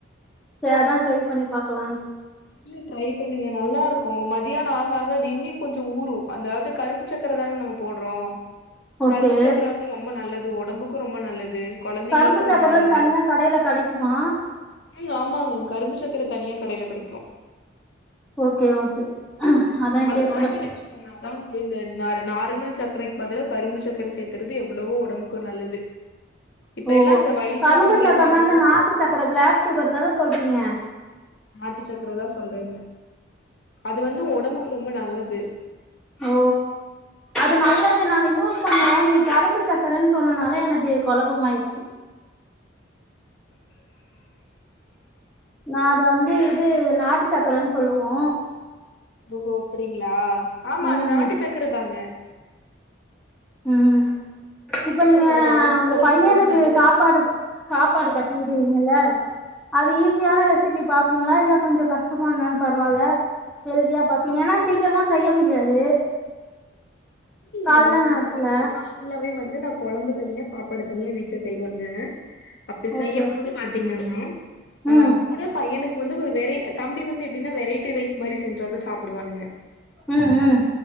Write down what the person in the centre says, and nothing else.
சேரி அதா ட்ரை பண்ணி பாக்கலான்னு
ஓகே
கரும்பு சக்கரன்
தனியா கடையில கடைக்குமா
ஓகே ஓகே அதா
கேக்குறே
<unintelligible>
ஓ
கரும்பு சக்கர
நா இந்த நாட்டு சக்கர பிளாக் சுகர் தான சொல்றீங்க
ஓ அது நல்லது நாங்க யூஸ் பண்ணோ நீங்க கரும்பு சக் கரன் சொன்னனாலே எனக்கு கொழப்பம் ஆயிருச்சு நா அத வந்து இது நாட்டு சக்கரன்னு சொல்லுவோ
ம்
ம் இப்ப நீங்க
உங்க
பையனுக்கு
சாப்பாடு சாப்பாடு கட்டிவிடு ங்கள அது ஈஸியான ரெசிபி பாப்பீங்ளா இல்ல கொஞ்சொ கஷ்டமா இருந்தாலு பரவால ஹெல்தியா பாப்பீங்க ஏன்னா சீக்கரமா செய்ய முடியாது கால்ல
நேரத்துல
ஓகே
ம்
ம் ம்